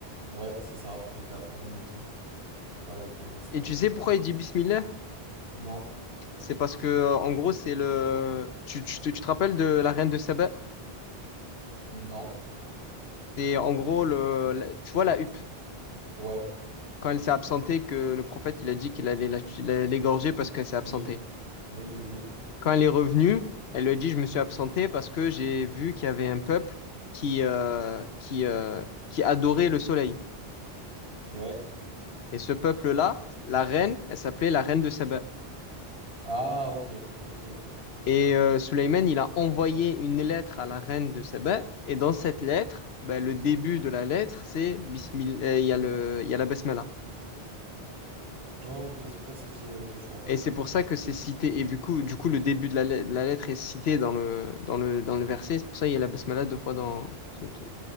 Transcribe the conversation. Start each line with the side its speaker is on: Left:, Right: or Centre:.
Right: Ouais, c'est ça. Et de la fourmi et tout. Qui parlait aux fourmis, etc.
Left: Et tu sais pourquoi il dit Bismillah?
Right: Non.
Left: C'est parce que, euh, en gros, c'est le. Tu, tu, te tu te rappelles de la reine de Saba?
Right: Non.
Left: C'est en gros, le, la- tu vois la huppe.
Right: Ouais.
Left: Quand elle s'est absentée, que le prophète, il a dit qu'il allait la- la- l'égorger parce qu'elle s'est
Right: Oui.
Left: absentée.
Right: Oui, oui, oui.
Left: Quand elle est revenue, elle lui a dit, Je me suis absentée parce que j'ai vu qu'il y avait un peuple qui, euh, qui, euh, qui adorait le soleil.
Right: Ouais.
Left: Et ce peuple-là, la reine, elle s'appelait la reine de Saba.
Right: Ah, ok, ok, ok, ok.
Left: Et euh, Sulayman, il a envoyé une lettre à la reine de Saba. Et dans cette lettre, ben, le début de la lettre, c'est Bismillah, euh, il y a le, il y a la Basmala.
Right: Oh, ok, c'est pour ça que c'est dit euh, deux fois
Left: Et c'est pour ça que c'est cité. Et du coup, du coup, le début de la, le- de la lettre est cité dans le, dans le, dans le verset. C'est pour ça qu'il y a la Basmala deux fois dans cette,